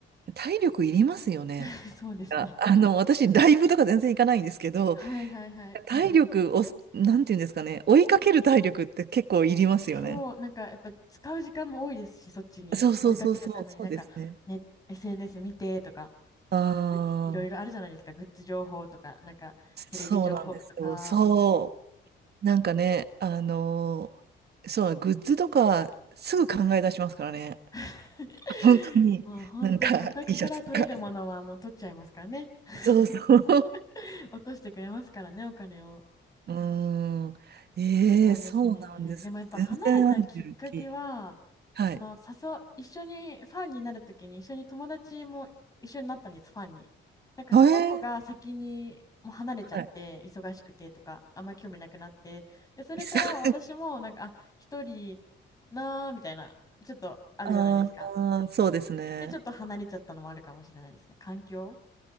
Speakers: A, on the right; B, on the left.
A: 体力いりますよね。
B: <laughs> そうですね。
A: あ、あの、私、ライブとか全然行かないんですけど、
B: はいはいはい。
A: 体力を、なんていうんですかね、追いかける体力って結構いりますよね。
B: そう、なんかやっぱ使う時間も多いですし、そっちに追いかけるためになんか、
A: そうそうそうそう、そうですね。
B: ね、SNS 見てとか、
A: ああ、
B: ぐいろいろあるじゃないですか、グッズ情報とか、なんかテレビ情報とか。
A: そうなんですよ。そう。なんかね、あのーそう、グッズとかすぐ考え出しますからね。
B: <laughs>
A: <laughs> 本当に。
B: もう本当にオタクから取れるものはもう取っちゃいますからね。
A: なんか T シャツとか。
B: <laughs>
A: <laughs> そうそう。
B: 落としてくれますからね、お金を。
A: うーん。ええそうなんですね。
B: そうですね。でもやっぱ離れたきっかけは、
A: 全然アンジェルキー。
B: その誘う、
A: はい。
B: 一緒にファンになるときに一緒に友達も一緒になったんです、ファンに。なんかその子が先にもう離れちゃって、
A: ええはい。
B: 忙しくてとか、あんま興味なくなって、で、それから私もなんか、
A: いっさい
B: あ、一人なーみたいな、ちょっとあるじゃないですか。
A: <laughs> ああ、そうですね。
B: で、ちょっと離れちゃったのもあるかもしれないですね。環境